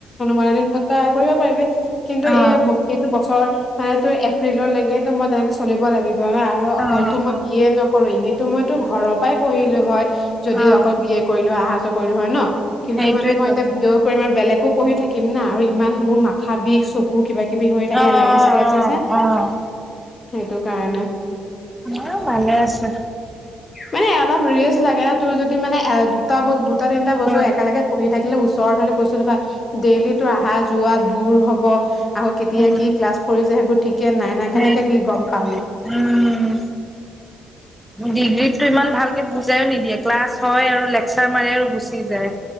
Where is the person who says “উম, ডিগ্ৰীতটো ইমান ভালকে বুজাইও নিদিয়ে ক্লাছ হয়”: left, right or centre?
Centre